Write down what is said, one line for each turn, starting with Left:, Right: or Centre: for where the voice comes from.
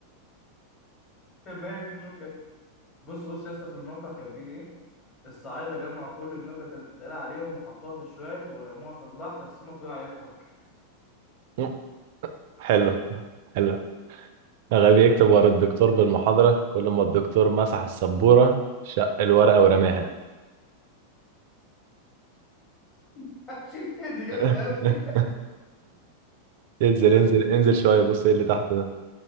Left: ما هي دي النكت بص بص يا اسطى في الموقع كاتبين ايه الصعايده جمعوا كل النكت اللي بتتقال عليهم وحطوها في شوال ورموها في البحر السمك طلع يضحك
Right: مم، حلو حلو غبي يكتب ورا الدكتور بالمحاضره كل ما الدكتور مسح السبوره شق الورقه ورماها
Left: <laughs> شيل دي جامده
Right: <laughs>
Left: قوي
Right: انزل
Left: <laughs>
Right: انزل انزل شويه بص ايه اللي تحت ده